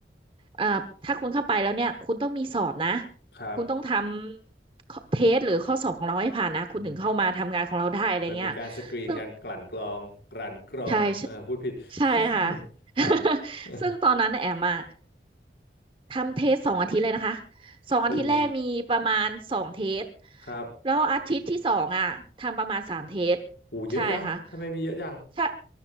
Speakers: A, on the right; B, on the left.
A: อ่าถ้าคุณเข้าไปแล้วเนี่ยคุณต้องมีสอบนะ
B: ครับ
A: คุณต้องทำเทสหรือข้อสอบของเราให้ผ่านนะคุณถึงเข้ามาทำงานของเราได้อะไรเงี้ย
B: อืมมันมีการสกรีนการกลั่นกรองกลั่นกรองเออพูดผิด
A: ซึ่งใช่ใช่ใช่ค่ะ
B: <laughs> ครับ
A: <laughs>
B: <laughs>
A: ซึ่งตอนนั้นน่ะแอมมาทำเทสสองอาทิตย์เลยนะคะ
B: หู
A: สองอาทิตย์แรกมีประมาณสองเทส
B: ครับ
A: แล้วอาทิตย์ที่สองอ่ะทำประมาณสามเทส
B: หูเยอะจังทำไมมีเยอะจัง
A: ใช่ค่ะ ใช่